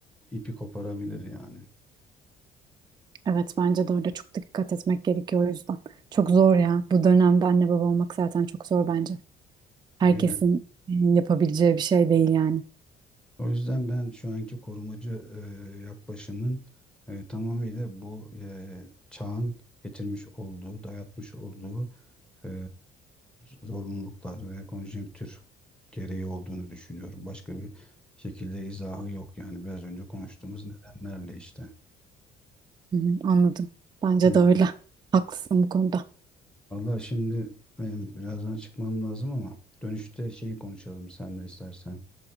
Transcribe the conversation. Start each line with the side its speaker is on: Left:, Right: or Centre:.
Centre: ipi koparabilir yani.
Right: Evet bence de öyle çok dikkat etmek gerekiyor o yüzden. Çok zor ya. Bu dönemde anne baba olmak zaten çok zor bence. Herkesin
Centre: Aynen.
Right: e, yapabileceği bir şey değil yani.
Centre: O yüzden ben şu anki korumacı e, yaklaşımın e, tamamıyla bu e, çağın getirmiş olduğu, dayatmış olduğu e, zorunluluklar ve konjonktür gereği olduğunu düşünüyorum. Başka bir şekilde izahı yok yani biraz önce konuştuğumuz nedenlerle işte.
Right: Hı hı, anladım. Bence
Centre: Hı.
Right: de öyle. Haklısın bu konuda.
Centre: Vallahi şimdi benim birazdan çıkmam lazım ama dönüşte şeyi konuşalım sen de istersen.